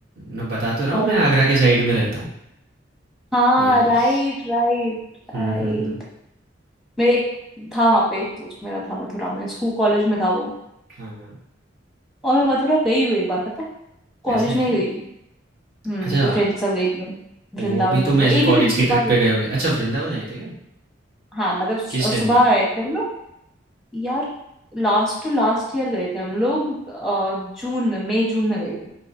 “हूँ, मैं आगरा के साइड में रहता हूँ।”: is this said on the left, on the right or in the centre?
Right